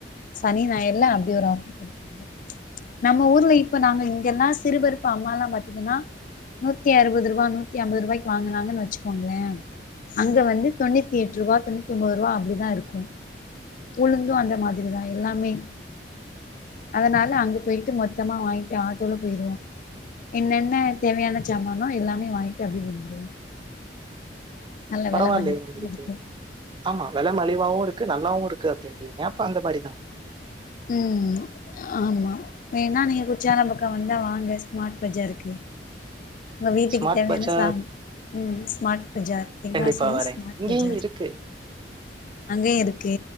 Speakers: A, on the left; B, on the right.
A: சனி நாயர் ல்ல அப்டி ஒரு ஆஃபர் குடுப்பாங்க நம்ம ஊர்ல இப்ப நாங்க இங்கெல்லா சிறுபருப்பு அம்மால்லா பாத்தீங்கன்னா நூத்தி அறுவது ருவா நூத்தி அம்பருவாய்க்கு வாங்குனாங்கனு வச்சுக்கோங்கள அங்க வந்து தொண்ணித்தி எட்ருவா தொண்ணித்தி ஒம்மோது ருவா அப்பிடிதா இருக்கு உளுந்து அந்த மாதிரிதா எல்லாமே அதனால அங்க பேய்ட்டு மொத்தமா வாங்கிட்டு ஆட்டோல போய்ருவோ என்னென்ன தேவையான ஜாம்மானோ எல்லாமே வாங்கிட்டு அப்பிடியே வந்துருவோ நல்ல
B: பரவாலயே
A: வெல மலிவாதா
B: உங்களுக்கு
A: கெடைக்கு
B: ஆமா வில மலிவாவு இருக்கு நல்லாவு இருக்கு அப்டின்றீங்க அப்ப அந்த மாரிதா
A: ம் ஆமா வேண்ணா நீங்க குற்றாலோ பக்கோ வந்தா வாங்க ஸ்மார்ட் பஜாருக்கு உங்க வீட்டுக்கு
B: ஸ்மார்ட்
A: தேவையான
B: பஜார்
A: சாம் ம் ஸ்மார்ட் பஜார் தென்காசில
B: கண்டிப்பா வரேங்க.
A: ஸ்மார்ட்
B: இங்கேயும்
A: பஜார்
B: இருக்கு.
A: அங்கேயு இருக்கு